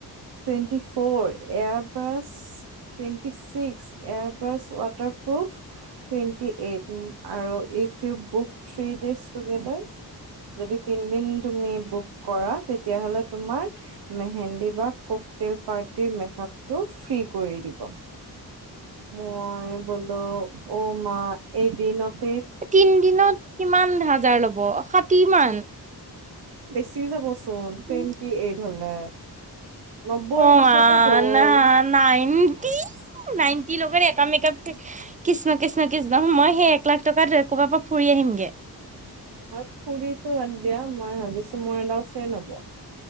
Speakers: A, on the right; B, on the right.
A: twenty four airbrush twenty six air brush waterproof twenty eight আৰু if you book three days together যদি তিনদিন তুমি বুক কৰা তেতিয়াহলে তোমাৰ মেহেন্দী বা ককটেল পাৰ্টিৰ মেকাপটো ফ্ৰী কৰি দিব। মই বোলো অ মা এদিনত
B: তিনদিনত কিমান হাজাৰ ল'ব ষাঠি মান?
A: বেছি যাব চোন টুৱেণ্টি
B: উম
A: এইট হলে। নব্বৈৰ
B: অ
A: কাষতে
B: মা
A: গ'ল
B: না না নাইনটি নাইনটি লবনে এটা মেকআপ কৃষ্ণ কৃষ্ণ কৃষ্ণ মই সেই এক লাখ টকাত ক'ৰবাৰ পৰা ফুৰি আহিমগে।
A: নাক ফুৰিতো বাদ দিয়া মই ভাবিছো মোৰ এডাল চেইন হ'ব।